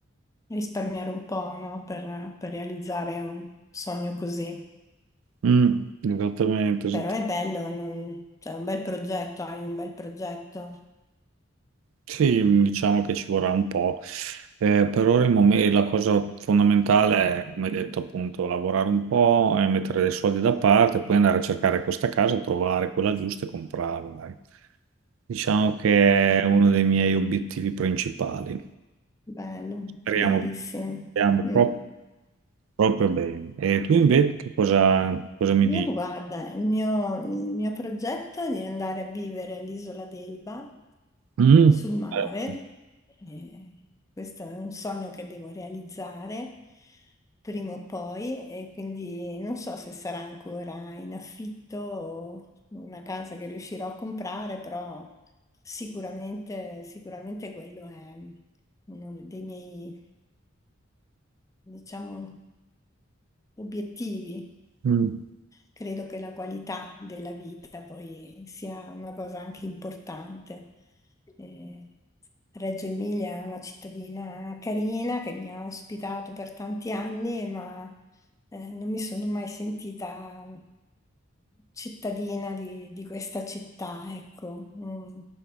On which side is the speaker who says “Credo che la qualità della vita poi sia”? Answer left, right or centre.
Left